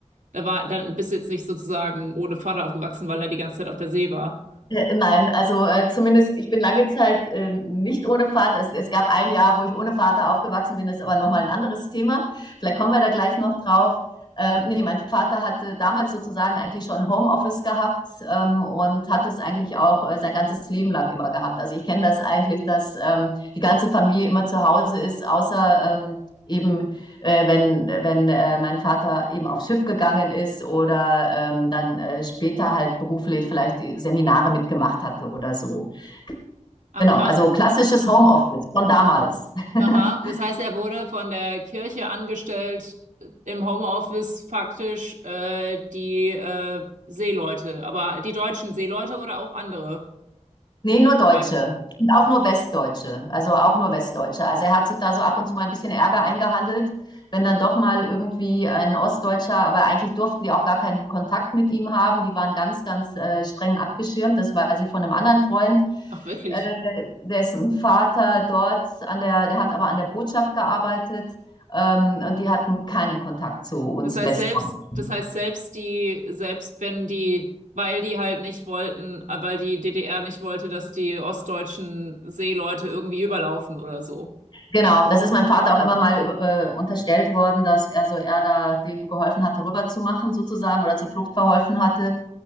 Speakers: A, on the right; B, on the left.
A: da war, dann bist du jetzt nicht sozusagen ohne Vater aufgewachsen, weil er die ganze Zeit auf der See war.
B: Äh, nein, also, äh, zumindest ich bin lange Zeit, äh, nicht ohne Vater. Es es gab ein Jahr, wo ich ohne Vater aufgewachsen bin, ist aber noch mal 'n anderes Thema. Vielleicht kommen wir da gleich noch drauf. Ähm, ne, mein Vater hatte damals sozusagen eigentlich schon Homeoffice gehabt, ähm, und hat es eigentlich auch, äh, sein ganzes Leben lang immer gehabt. Also, ich kenne das eigentlich, dass, ähm, die ganze Familie immer zu Hause ist, außer, ähm, eben äh, wenn, wenn äh, mein Vater eben aufs Schiff gegangen ist oder ähm, dann äh, später halt beruflich vielleicht Seminare mitgemacht hatte oder so.
A: Ah,
B: Genau,
A: krass.
B: also klassisches Homeoffice von damals. <laughs>
A: Aha. Das heißt, er wurde von der Kirche angestellt, im Homeoffice faktisch äh, die äh, Seeleute, aber die deutschen Seeleute oder auch andere
B: Nee, nur Deutsche.
A: Freunde.
B: Und auch nur Westdeutsche. Also auch nur Westdeutsche. Also er hat sich da so ab und zu mal ein bisschen Ärger eingehandelt, wenn dann doch mal irgendwie ein Ostdeutscher, aber eigentlich durften die auch gar keinen Kontakt mit ihm haben. Die waren ganz, ganz äh, streng abgeschirmt. Das war sie von einem anderen Freund,
A: Ach, wirklich?
B: äh, dessen Vater dort an der, der hat aber an der Botschaft gearbeitet, ähm, und die hatten keinen Kontakt zu uns
A: Das heißt
B: Westdeutschen.
A: selbst, das heißt selbst die, selbst wenn die, weil die halt nicht wollten, äh, weil die DDR nicht wollte, dass die ostdeutschen Seeleute irgendwie überlaufen oder so.
B: Genau, das ist meinem Vater auch immer mal äh, unterstellt worden, dass er so er da denen geholfen hatte, rüberzumachen sozusagen oder zur Flucht verholfen hatte.